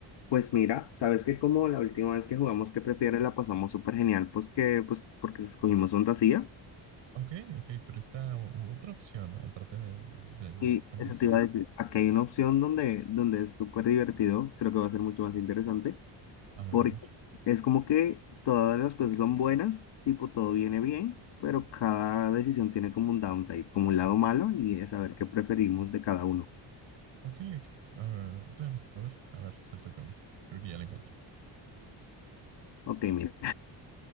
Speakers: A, on the left; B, on the right.
A: Pues mira, sabes que como la última vez que jugamos que prefieres la pasamos súper genial, pues que, pues porque escogimos fantasía
B: Ok, ok, pero está o- otra opción aparte de- del
A: y
B: fantasía.
A: eso te iba a decir, aquí hay una opción donde, donde es súper divertido, creo que va a ser mucho más interesante,
B: A ver,
A: porque
B: a ver.
A: es como que todas las cosas son buenas, tipo todo viene bien, pero cada decisión tiene como un downside, como un lado malo y es saber qué preferimos de cada uno.
B: Ok, ok. Ah, claro, a ver, a ver, suéltate una. Creo que ya la encontré.
A: Ok, mira,